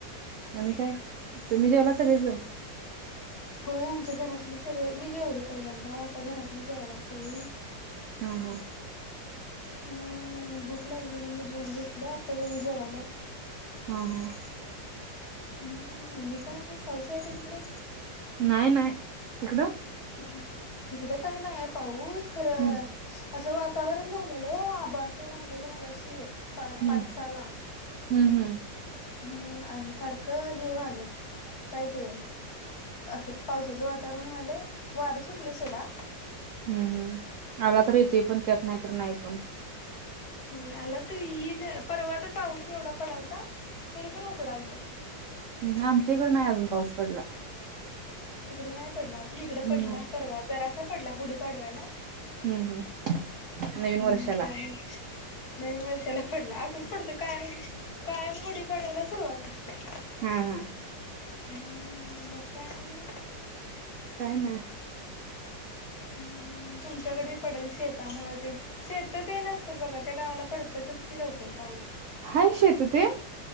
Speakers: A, on the right; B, on the left.
A: आणि काय,, तुम्ही जेवला सगळेजण?
B: होय आमच्या घरातली सगळी,, मी जेवले पहिल्यांदा, आता घरातली जेवल्यात सगळी
A: हा हा.
B: हम्म भूक लागलेली म जेऊन घेतलं,, आता त्यनी जेवाल्यात.
A: हा हा
B: हं आणि काय, पाऊस आहे काय तिकडं?
A: नाही नाही,, तिकडं
B: हं हं. इकडं काय नाहीये पाऊस खरं
A: हम्म.
B: असं वातावरण झालेलं ओ, आभाळ तेन आलेलं मगाशी पा
A: हम्म
B: पाच साला
A: हम्म हम्म
B: हं आणि सारखं हे व्हालय,, काय ते असं पावसाचं वातावरण व्हालंय,, वारं सुटलय सोडा
A: हम्म हम्म, आला तर येतय पण त्यात नाहीतर नाही पण
B: होय आला तर ईल, परवा तर पाऊस एवढा पडलता,, तरी पण उकडालतं.
A: हं आमच्या इकडं नाही अजून पाऊस पडला.
B: तिकडं नाही पडला आजू, इकडं
A: नाही.
B: पडला परवा जरासं पडला गुढीपाडव्याला.
A: हम्म हम्म नवीन
B: हम्म
A: वर्षाला
B: त्या म्ह, नवीन वर्षाला पडला, असंच पडतोय कायम कायम गुढी पाडव्याला सुरुवात असत्या.
A: हां हां.
B: हम्म मग काय आणि
A: काय नाय.
B: हम्म,, तुमच्याकडं बी पडेल शेतामुळे ते शेतं तेन आसतं बघा त्या गावाला पडत्यातच की लवकर पाऊस.
A: हाय शेतं तेन,